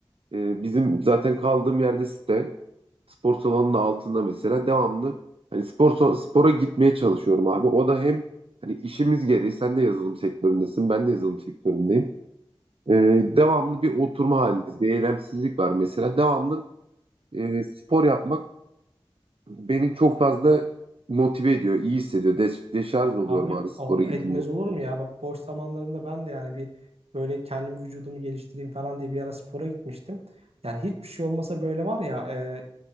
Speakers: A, on the right; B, on the right.
A: e, bizim zaten kaldığım yerde site spor salonunun altında mesela devamlı hani spor so- spora gitmeye çalışıyorum abi. O da hem hani işimiz gereği sen de yazılım sektöründesin ben de yazılım sektöründeyim. E, devamlı bir oturma halindeyiz. Bir eylemsizlik var mesela. Devamlı e, spor yapmak Beni çok fazla motive ediyor, iyi hissediyor. Deş, deşarj oluyorum
B: Abi
A: abi spora
B: alt-
A: gidince.
B: etmez olur mu ya? Bak boş zamanlarımda ben de yani bir böyle kendim vücudumu geliştireyim falan diye bir ara spora gitmiştim. Yani hiçbir şey olmasa böyle var ya e,